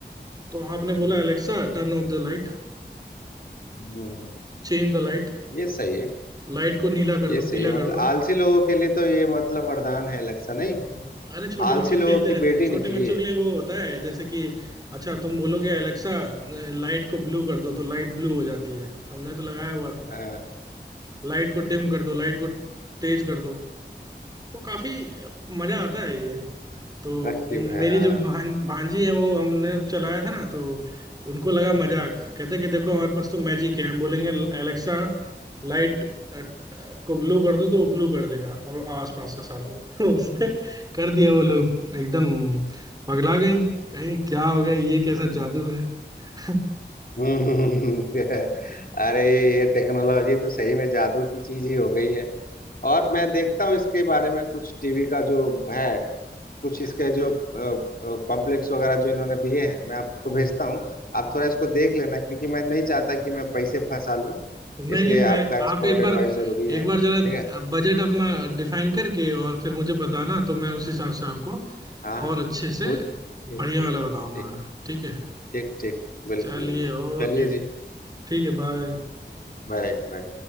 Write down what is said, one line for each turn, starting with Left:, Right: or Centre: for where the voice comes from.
Right: तो आपने
Left: हम्म
Right: बोला Alexa turn off the light
Left: हम्म,
Right: change the light
Left: ये सही है
Right: light को नीला कर
Left: ये
Right: दो
Left: सही
Right: पीला
Left: है मतलब
Right: कर दो
Left: आलसी लोगों के लिए तो ये मतलब वरदान है इलेक्शन नहीं
Right: हम्म, अरे छोटे
Left: आलसी
Right: बच्चे
Left: लोगों
Right: खेलते
Left: की
Right: रहते
Left: बेटी
Right: हैं छोटे
Left: निकली
Right: बच्चों
Left: है
Right: के लिए वो होता है जैसे कि अच्छा तुम बोलोगे एलेक्सा लाइट को ब्लू कर दो तो लाइट ब्लू हो जाती है हमने तो लगाया हुआ था
Left: हाँ
Right: लाइट को डिम कर दो लाइट को तेज कर दो तो काफी मजा आता है ये तो
Left: रखती है
Right: मेरी
Left: हाँ
Right: जो भां, भांजी है वो हमने चलाया था ना तो उनको लगा मजाक
Left: हम्म
Right: कहते कि देखो हमारे पास तो मैजिक है हम बोलेंगे एलेक्सा लाइट को ब्लू कर दो तो वो ब्लू कर देगा और आसपास का सारा लाइट <laughs> तो उसने कर दिया वो लोग एकदम पगला गई कहीं क्या हो गया ये कैसा
Left: हम्म,
Right: जादू है <laughs>
Left: हम्म, हम्म, <laughs> अरे ये टेक्नोलॉजी तो सही में जादू की चीज ही हो गई है और मैं देखता हूँ इसके बारे में कुछ टीवी का जो है कुछ इसके जो पम्पलेट्स वगैरह जो इन्होंने दिए हैं मैं आपको
Right: हम्म,
Left: भेजता हूँ आप थोड़ा इसको देख लेना क्योंकि मैं नहीं चाहता कि मैं पैसे फंसा लूँ
Right: नहीं
Left: इसलिए
Right: नहीं
Left: आपका
Right: मैं
Left: एक्सपर्ट
Right: आप एक बार
Left: एडवाइस जरूरी है
Right: एक बार
Left: ठीक
Right: जरा
Left: है
Right: बजट अपना डिफाइन करके और फिर मुझे बताना तो मैं उस हिसाब से आपको
Left: हाँ हाँ
Right: और अच्छे से
Left: वो ठीक
Right: बढ़िया
Left: ठीक
Right: वाला बताऊंगा
Left: ठीक
Right: ठीक है
Left: ठीक ठीक बिल्कुल
Right: चलिए
Left: बिल्कुल
Right: ओके
Left: चलिए जी
Right: ठीक है बाय
Left: Bye bye